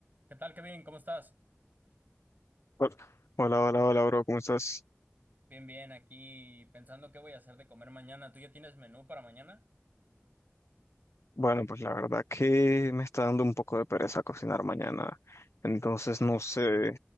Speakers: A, on the right; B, on the left.
A: ¿Qué tal, Kevin? ¿Cómo estás?
B: Hola, hola, hola, hola, bro, ¿cómo estás?
A: Bien, bien, aquí pensando qué voy a hacer de comer mañana. ¿Tú ya tienes menú para mañana?
B: Bueno, pues la verdad que me está dando un poco de pereza cocinar mañana, entonces no sé,